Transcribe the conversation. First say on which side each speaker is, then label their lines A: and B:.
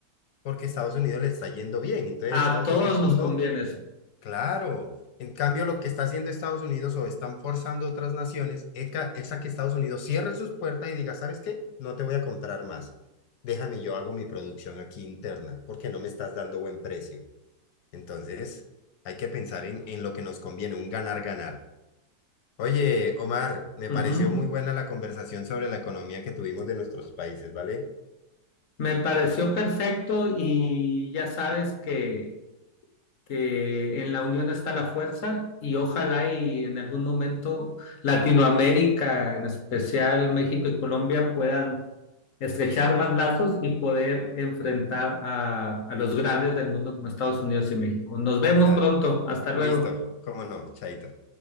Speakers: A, on the left; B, on the left.
A: Porque Estados Unidos le está yendo bien. Entonces,
B: A
A: Estados
B: todos
A: Unidos
B: nos
A: no,
B: conviene eso.
A: Claro. En cambio, lo que está haciendo Estados Unidos o están forzando otras naciones eca- es a que Estados Unidos cierre sus puertas y diga, ¿sabes qué? No te voy a comprar más. Déjame, yo hago mi producción aquí interna porque no me estás dando buen precio. Entonces, hay que pensar en, en lo que nos conviene, un ganar-ganar. Oye, Omar, me
B: Ujú.
A: pareció muy buena la conversación sobre la economía que tuvimos de nuestros países, ¿vale?
B: Me pareció perfecto y ya sabes que, que en la unión está la fuerza y ojalá y en algún momento Latinoamérica, en especial México y Colombia, puedan estrechar más lazos y poder enfrentar a, a los grandes del mundo como Estados Unidos y México. Nos vemos
A: Dale.
B: pronto. Hasta luego.
A: Listo, cómo no, chaito.